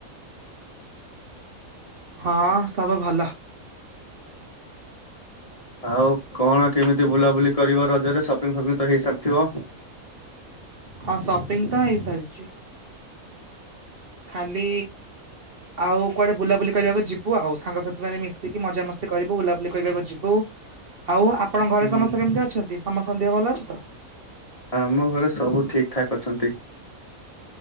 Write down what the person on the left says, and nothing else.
ଆଉ କଣ କେମିତି ବୁଲାବୁଲି କରିବ ରଜରେ ସପିଙ୍ଗ ଫପିଙ୍ଗ ତ ହେଇସାରିଥିବ?
ହୁଁ
ଆମ ଘରେ ସବୁ ଠିକ୍ ଠାକ୍ ଅଛନ୍ତି